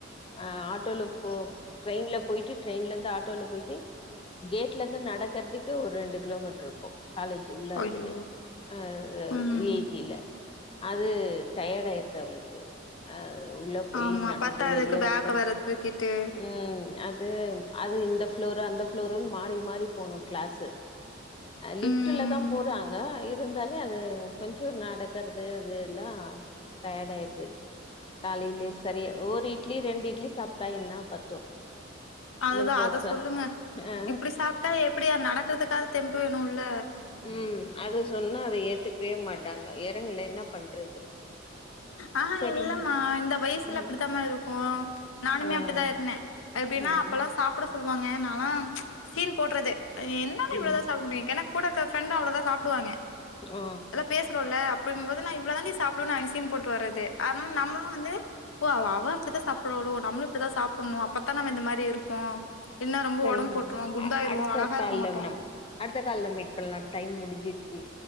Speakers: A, on the left; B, on the left.
A: ஆ ஆட்டோல போ ட்ரெயின்ல போய்ட்டு ட்ரெயின்ல இருந்து ஆட்டோல போயிட்டு கேட்ல இருந்து நடக்கிறதுக்கு ஒரு ரெண்டு கிலோமீட்டர் இருக்கு காலேஜ் உள்ள இருக்குது
B: ஐயோ
A: அ அ
B: ம்
A: வி ஐ டில அது டயர்ட் ஆயிருது அவளுக்கு அ உள்ள போய்
B: ஆமா
A: நட
B: பத்தாததுக்கு
A: ந்து அது வெளிய வர்றது
B: பேக்க வேற தூக்கிட்டு
A: ம் அது அது இந்த ஃப்ளோரு அந்த ஃப்ளோருன் மாறி மாறி போணு கிளாஸு அ லிஃப்ட்லதா
B: ம்
A: போறாங்க இரு இருந்தால்யோ அது கொஞ்சோ நடக்குறது அது எல்லா டயர்ட் ஆயுருது காலைலே சரி ஒரு இட்லி ரெண்டு இட்லி சாப்ட்டா என்னா பத்து
B: அதுதா
A: நம்ப
B: அத
A: ச
B: சொல்லுங்க
A: ஆ
B: இப்டி சாப்ட்டா எப்டி நடக்கறதுக்காது தெம்பு வேணுல்ல
A: ம் அது சொன்னா அது ஏத்துக்கவே மாட்டாங்க எறங்கலே என்ன பண்றது
B: ஆஹா
A: சரிங்க
B: இல்லமா இந்த வயசுல
A: ம்
B: இப்டித்தாமா இருக்கு நானுமே
A: ம்
B: அப்டிதா இருந்தே எப்டின்னா
A: ம்
B: அப்பெல்லா சாப் புட சொல்வாங்க நாலா சீன் போட்றது என்னால இவ்ளதா
A: ம்
B: சாப்ட முடியு கேன்னா கூட இக்க ஃப்ரண்டு அவ்ளதா சாப்டுவாங்க
A: ஓ
B: பேசுறோல அப்டிங்கும்போது நா இவ்ளோ தாண்டி சாப்டுவே அங்க சீன் போட்டு வர்றது அனால நம்மளு வந்து ஓ அவ அவ அப்டிதா சாப்பிட்றாளோ நம்ளு இப்டிதா சாப்பிட்ணு அப்பத்தா நம்ம இந்த மாரி இருப்போ இல்லன்னா ரொம்ப
A: சரிங்கா
B: உடம்பு போட்டுருவோ குண்டாயிருவோ
A: அ அடுத்த
B: அழகா
A: கால்ல
B: இருக்க மாட்டோ
A: நம் அடுத்த கால்ல மீட் பண்லா டைம் முடிஞ்சிருச்சி